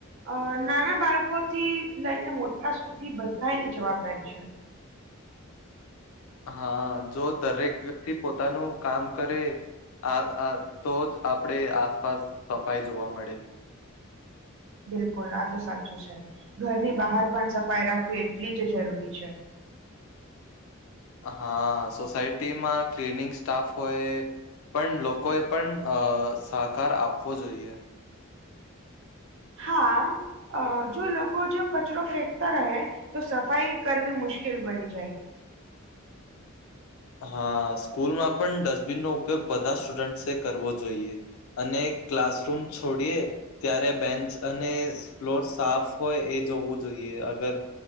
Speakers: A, on the right; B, on the left.
A: અ નાના બાળકો થી લઈને મોટા સુ જી બધા એની જવાબદારી છે.
B: હા જો દરેક વ્યક્તિ પોતાનું કામ કરે આ આ તો જ આપડે આસપાસ સફાઈ જોવા મળે
A: બિલકુલ આ તો સાચું છે, ઘરની બહાર પણ સફાઈ રાખવી એટલી જ જરૂરી છે.
B: હા સોસાયટીમાં ક્લનિંગ સ્ટાફ હોય પણ લોકોએ પણ અ સહકાર આપવો જોઈએ
A: હા. અ જો લોકો જો કચરો ફેંકતા રહે તો સફાઈ કરવી મુશ્કેલ બની જાય.
B: હા સ્કૂલમાં પણ ડસ્ટબિન નો ઉપયોગ બધા સ્ટુડન્ટસે કરવો જોઈએ. અને ક્લાસરૂમ છોડીએ ત્યારે બેન્ચ અને ફ્લોર સાફ હોય એ જોવું જોઈએ અગર